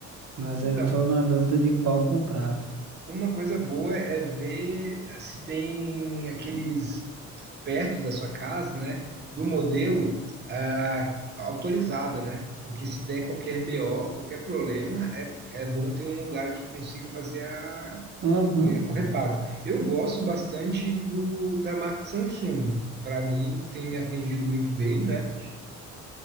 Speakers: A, on the right; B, on the right.
A: Mas
B: Então,
A: aí eu tô na dúvida de qual comprar.
B: uma coisa boa é ver se tem aqueles perto da sua casa, né, do modelo ah, autorizada, né? Porque se der qualquer BO, qualquer problema, é, é bom ter um lugar que consiga fazer a,
A: Uhum.
B: né, o reparo. Eu gosto bastante do da marca Samsung. Para mim, tem me atendido muito bem, né?